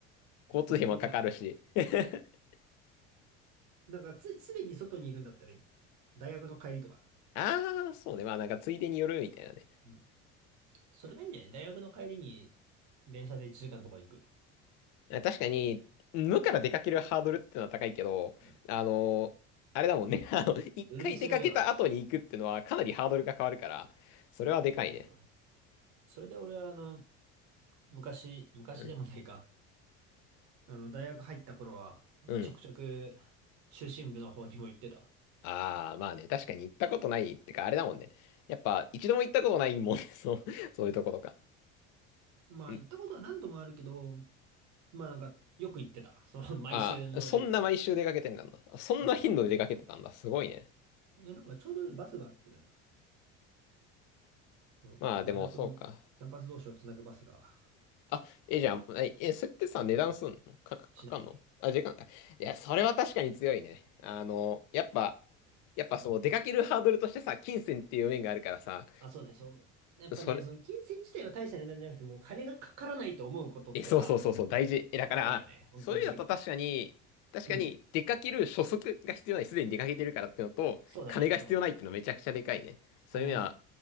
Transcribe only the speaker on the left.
交通費もかかるし。
<laughs>
ああ、そうね。まあなんかついでによるみたいなね。
確かに、無から出かけるハードルってのは高いけど、
あの、あれだもんね。<laughs> あの、一回出かけた後に行くってのはかなりハードルが変わるから、
それはでかいね。
うん。
うん。
ああ、まあね、確かに行ったことないってか、あれだもんね。やっぱ、一度も行ったことないもんね。<laughs> そう、そういうとことか。
うん。
ああ、そんな毎週出かけてんだな。そんな頻度で出かけてたんだ。
すごいね。
まあ、でも、
そうか。あ、え、じゃあ、え、えそれってさ、値段すんのか、か、かかんのあ、
時間か。いや、それは確かに強いね。あの、やっぱ、やっぱそう、出かけるハードルとしてさ、金銭っていう面があるからさ、
それ、
え、そうそうそうそう、大事。え、だから、
そういうのと確かに、確かに、
出かける初速が必要ない、すでに出かけてるからってのと、
金が必要ないってのめちゃくちゃでかいね。
そういう面は、